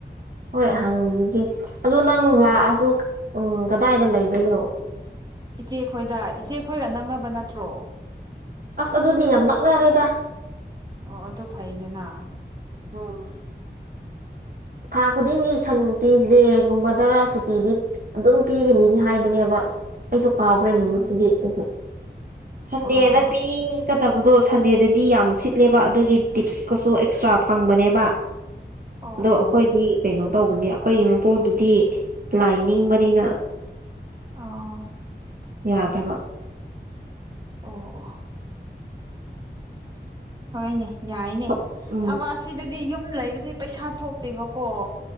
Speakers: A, on the right (about 50°); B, on the right (about 20°).
A: ꯍꯣꯏ ꯍꯪꯒꯤꯒꯦ ꯑꯗꯣ ꯅꯪ
B: ꯎꯝ
A: ꯂꯥꯛꯑꯁꯨ ꯎꯝ ꯀꯗꯥꯏꯗ ꯂꯩꯗꯣꯏꯅꯣ
B: ꯏꯆꯦꯈꯣꯏꯗ ꯏꯆꯦꯈꯣꯏꯒ ꯅꯛꯅꯕ ꯅꯠꯇ꯭ꯔꯣ
A: ꯑꯁ ꯑꯗꯨꯗꯤ ꯌꯥꯝ ꯅꯛꯅꯔꯦꯗ
B: ꯑꯣ ꯑꯗꯨ ꯐꯩꯗꯅ
A: ꯎꯝ ꯊꯥ ꯈꯨꯗꯤꯡꯒꯤ ꯁꯟ ꯇ꯭ꯌꯨꯁꯗꯦꯒꯨꯝꯕꯗꯔꯥ ꯁꯨꯇꯤꯗꯤ ꯑꯗꯨꯝ ꯄꯤꯒꯅꯤꯗꯤ ꯍꯥꯏꯕꯅꯦꯕ ꯑꯩꯁꯨ ꯀꯥꯎꯈ꯭ꯔꯦ
B: ꯎꯝ
A: ꯅꯨꯃꯤꯠꯇꯨꯗꯤ ꯑꯩꯁꯦ ꯁꯟꯗꯦꯗ
B: ꯑꯣ
A: ꯄꯤ ꯀꯗꯕꯗꯣ ꯁꯟꯗꯦꯗꯗꯤ ꯌꯥꯝ ꯁꯤꯠꯂꯦꯕ ꯑꯗꯨꯒꯤ ꯇꯤꯞꯁꯀꯁꯨ ꯑꯦꯛꯁꯇ꯭ꯔꯥ ꯐꯪꯕꯅꯦꯕ
B: ꯑꯣ
A: ꯑꯗꯣ
B: ꯑꯣ
A: ꯑꯩꯈꯣꯏꯗꯤ ꯀꯩꯅꯣ ꯇꯧꯕꯅꯦ ꯑꯩꯈꯣꯏꯒꯤ ꯃꯄꯨꯗꯨꯗꯤ ꯂꯥꯏ ꯅꯤꯡꯕꯅꯤꯅ
B: ꯑꯥꯎ
A: ꯌꯥꯗꯕ
B: ꯑꯣ ꯑꯣ ꯍꯣꯏꯅꯦ ꯌꯥꯏꯅꯦ
A: ꯊꯕꯛ ꯎꯝ
B: ꯊꯕꯛ ꯑꯁꯤꯗꯗꯤ ꯌꯨꯝ ꯗꯨꯝ ꯂꯩꯕꯁꯦ ꯄꯩꯁꯥ ꯊꯣꯛꯇꯦꯕꯀꯣ